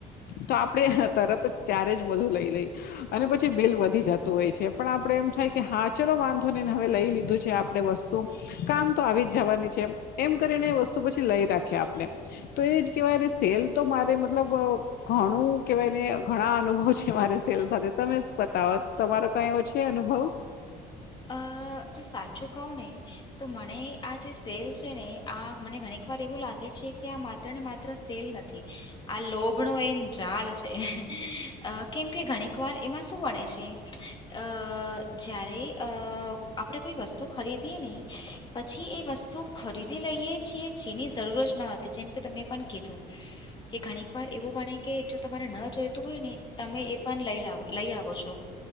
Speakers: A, on the left; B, on the left.
A: તો આપણે તરત જ ત્યારે જ બધું લઈ લઈએ. અને પછી બિલ વધી જતું હોય છે પણ આપણે એમ થાય કે હા ચલો વાંધો નય ને હવે લઈ લીધું છે આપણે વસ્તુ કામ તો આવી જ જવાની છે એમ કરીને એ વસ્તુ પછી લઈ રાખયે આપણે. તો એ જ કેવાય ને સેલ તો મારે મતલબ અ ઘણું કેવાયને ઘણા અનુભવ છે મારે સેલ સાથે તમે જ બતાવો તમારો કઈ છે એવો અનુભવ.
B: અ જો સાચું કવ ને તો મને આ જે સેલ છે ને આ મને ઘણીક વાર એવું લાગે છે કે આ મા માત્ર ને માત્ર સેલ નથી આ લોભ નો એમ ચાલ છે અ કેમ કે ઘણીક વાર એમાં શું વણે છે. અ જયારે અ આપણે કોઈ વસ્તુ ખરીદીએ ને પછી એ વસ્તુ ખરીદી લઈએ છીએ જેની જરૂર જ ન હતી જેમ કે તમે પણ કિધું કે ઘણીક વાર એવું બને કે જો તમારે ન જોઈતું હોય ને તમે એ પણ લઈ લાવો. લઈ આવો છો